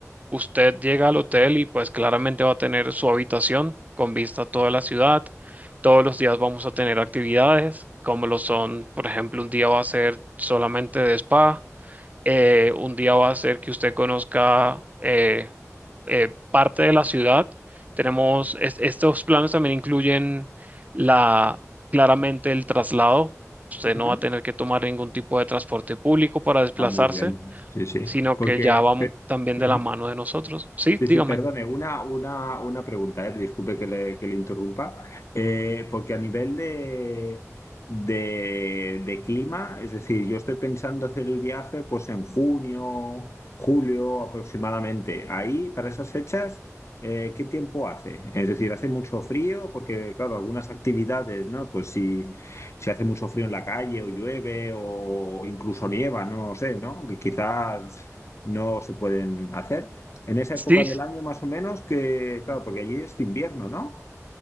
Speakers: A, on the right; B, on the left.
A: Usted llega al hotel y pues claramente va a tener su habitación con vista a toda la ciudad. Todos los días vamos a tener actividades, como lo son, por ejemplo, un día va a ser solamente de spa, eh, un día va a ser que usted conozca eh, eh, parte de la ciudad. Tenemos, es- estos planes también incluyen la, claramente el traslado. Usted
B: Ujú.
A: no va a tener que tomar ningún tipo de transporte público para desplazarse
B: Ah, muy bien, sí, sí.
A: sino
B: Porque,
A: que ya va
B: pe-
A: también
B: Ujú.
A: de la mano de nosotros. Sí,
B: Sí, sí,
A: dígame.
B: perdone, una, una, una pregunta, eh, disculpe que le, que le interrumpa, Eh, porque a nivel de, de, de clima, es decir, yo estoy pensando hacer el viaje pues en junio, julio aproximadamente. Ahí, para esas fechas, eh, ¿qué tiempo hace? Es decir, ¿hace mucho frío? Porque, claro, algunas actividades, ¿no? Pues si, si hace mucho frío en la calle o llueve o incluso nieva, no sé, ¿no? Que quizás no se pueden hacer. En esa
A: Sí,
B: época del año más o menos que, claro, porque allí es invierno, ¿no?